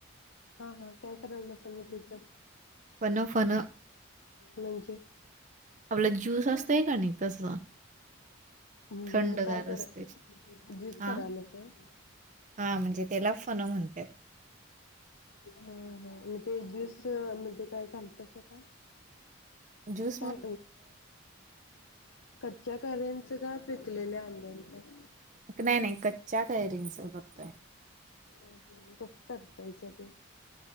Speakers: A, on the left; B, on the right.
A: हा हा काय कराय लागलासा? म त्यांच
B: फणं फणं
A: म्हणजे
B: आपला ज्यूस असतय काणी तसं
A: मग
B: थंडगार
A: काय करा
B: असते
A: ज्यूस
B: हा
A: कराय लागलासा व्हय
B: हा म्हणजे त्याला फणं म्हणतात.
A: हा हा मग ते ज्यूस म्हणजे काय घालतस का?
B: ज्युस
A: काय कच्चा कैयऱ्यांचं का पिकलेल्या आंब्यांचं
B: नाही नाही कच्च्या काैरींच करतोय.
A: हम्म हम्म कसं करतायसा ते